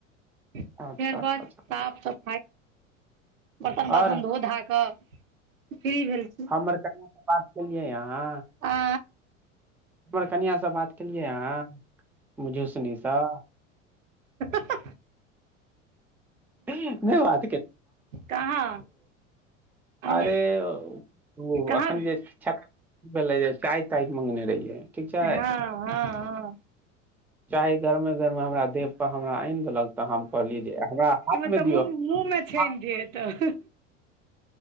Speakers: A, on the right (about 85°); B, in the centre.
A: फेर
B: अच्छा अच्छा
A: बस
B: अच्छा
A: साफ ख बर्तन बासन
B: आओर
A: धो धा कऽ फ्री भेल छी
B: हमरा कनिया है बात केलिय आहा
A: आ
B: हमर कनिआासँ बात केलियै अाँ मझूसनीसँ
A: <inaudible>
B: नहि बात
A: कहाँ हम
B: अरे ओ
A: कहाँ
B: एखन जे छ बोलीए चाय ताय मगने रहिए ठीक
A: हँ
B: छै
A: हँ हँ
B: चाहे गरमे गरमे हमरा देवप हमरा आनि देलक तऽ हम कहली जे हमरा मे
A: मुहमे
B: दिअ
A: छै
B: हाथ
A: ने तऽ